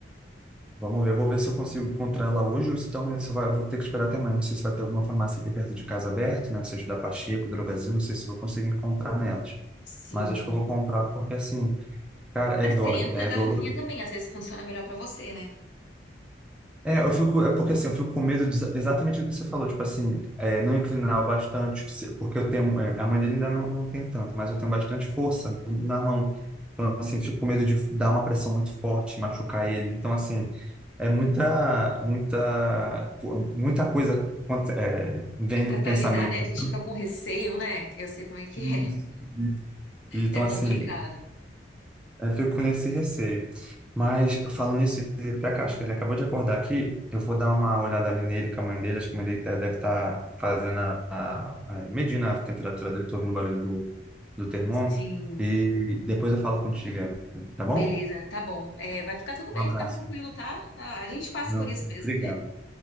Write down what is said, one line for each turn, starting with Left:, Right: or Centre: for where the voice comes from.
Centre: Vamos ver, eu vou ver se eu consigo encontrar ela hoje ou então se vai, vou ter que esperar até amanhã. Não sei se vai ter alguma farmácia aqui perto de casa aberta, né? Seja da Pacheco, Drogasil, não sei se vou conseguir encontrar nelas.
Left: Sim.
Centre: Mas acho que eu vou comprar porque, assim, cara,
Left: Mas
Centre: é, do,
Left: tenta
Centre: é
Left: a
Centre: doloroso
Left: garrafinha também, às vezes funciona melhor pra você, né?
Centre: É, eu fico, é porque assim, eu fico com medo de exa- exatamente o que você falou, tipo assim, é, não inclinar o bastante, se- porque eu tenho, é, a mãe dele ainda não, não tem tanto, mas eu tenho bastante força na mão. Então, assim, eu fico com medo de dar uma pressão muito forte, machucar ele. Então, assim, é muita, muita, pô, muita coisa contra- é, vem
Left: É pra,
Centre: de
Left: pra
Centre: pensamento.
Left: lidar, né? A
Centre: né?
Left: gente fica com receio, né? Eu sei como é que
Centre: Então,
Left: é.
Centre: assim, isso,
Left: <laughs>
Centre: isso. Então,
Left: É complicado.
Centre: assim, é, Eu fico com esse receio. Mas falando nisso, ele até ac- acho que ele acabou de acordar aqui. Eu vou dar uma olhada ali nele com a mãe dele. Acho que a mãe dele tá- deve estar fazendo a, a- a- medindo a temperatura dele. Estou ouvindo o barulho do, do termômetro.
Left: Sim,
Centre: E depois eu falo contigo, Evelyn, tá bom?
Left: beleza, tá bom. É, vai ficar tudo bem,
Centre: Um abraço.
Left: fica tranquilo, tá? Ah, a gente passa
Centre: Não,
Left: por isso mesmo.
Centre: obrigado.